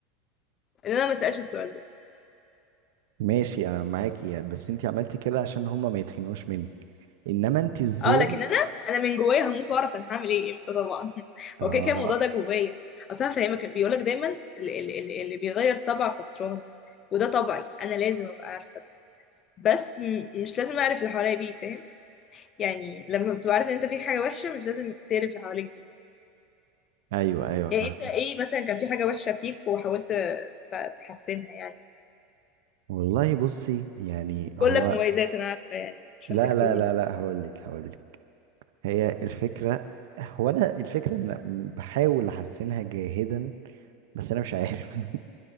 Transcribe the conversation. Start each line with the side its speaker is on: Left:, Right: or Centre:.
Left: ان انا ما اسالش السؤال ده
Right: ماشي انا معاكي يعني بس انت عملتي كده عشان هما ما يتخنقوش منك انما انت ازاي
Left: اه لكن انا انا من جوايا هموت واعرف انا هعمل ايه امتى طبعا <laughs>
Right: اه
Left: هو كده كده الموضوع ده جوايا اصل انا فاهمك بيقولك دايما اللي, اللي, اللي بيغير طبع خسران وده طبعي انا لازم ابقى عارفه ده بس م- مش لازم اعرف اللي حواليا بيه فاهم يعني لما بتبقى عارف ان انت فيك حاجه وحشه مش لازم تعرف اللي حواليك بيه
Right: ايوه ايوه
Left: يعني
Right: فاهم
Left: انت ايه مثلا كان في حاجة وحشة فيك وحاولت ت- تحسنها يعني
Right: والله بصي يعني
Left: كلك
Right: هو
Left: مميزات انا عارفة يعني مش
Right: لا
Left: محتاج تقول
Right: لا لا لا هقول لك هقول لك هي الفكرة هو انا الفكرة ان أنا بحاول احسنها جاهدا بس انا مش عارف <laughs>